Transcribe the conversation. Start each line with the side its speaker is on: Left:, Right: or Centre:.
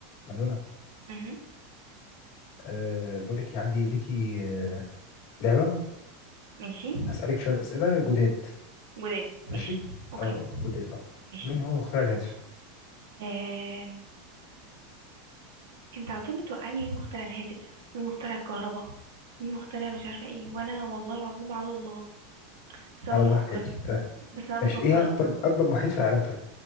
Left: منونة
Right: مهم.
Left: أه بقول لك إيه، عندي ليكي أه لعبة
Right: ماشي
Left: هسألك شوية أسئلة جداد
Right: جداد ماشي
Left: ماشي
Right: اوكي
Left: أو جداد أه
Right: ماشي
Left: مين هو مخترع الهاتف
Right: آم. انت على طول بتوقعني مين مخترع الهاتف مين مخترع الكهرباء مين مخترع مش عارفه ايه وانا والله العظيم على الله بس انا
Left: على
Right: بفكر
Left: ضحك هاتي ده
Right: بس انا بفكر
Left: ماشي إيه هي أكبر أكبر محيط في العالم طيب